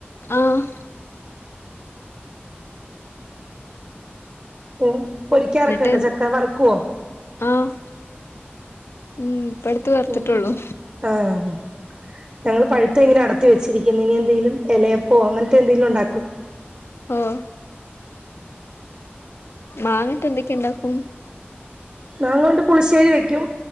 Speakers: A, on the left (about 75°); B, on the right (about 35°).
A: ആഹ്
B: ഉം പൊരിക്കാറൊക്കെുണ്ടോ
A: എന്നിട്ട്
B: ചക്ക വറക്കുവോ
A: ആഹ് ഉം ഇപ്പടുത്ത് വറത്തിട്ടേ
B: ഉം
A: ഒള്ളൂ
B: ആഹ് ഞങ്ങള് പഴുത്തത് ഇങ്ങന അടത്തി വെച്ചിരിക്കുന്ന് ഇനി എന്തെങ്കലും ഇലയപ്പവോ അങ്ങനത്തെ എന്തെങ്കിലും ഉണ്ടാക്കും
A: ഓഹ് മാങ്ങാ ഇട്ട് എന്തൊക്ക ഉണ്ടാക്കും
B: മാങ്ങ കൊണ്ട് പുളിശ്ശേരി വെക്കും